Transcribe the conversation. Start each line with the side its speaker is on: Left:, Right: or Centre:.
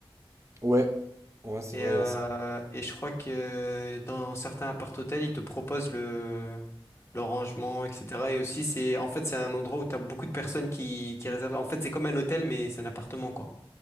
Right: Ouais, ouais, c'est
Left: Et,
Right: vrai,
Left: euh,
Right: il y a ça.
Left: et je crois que dans certains appart-hôtels, ils te proposent le, le rangement, etc. Et aussi, c'est, en fait, c'est un endroit où tu as beaucoup de personnes qui, qui réservent. En fait, c'est comme un hôtel, mais c'est un appartement, quoi.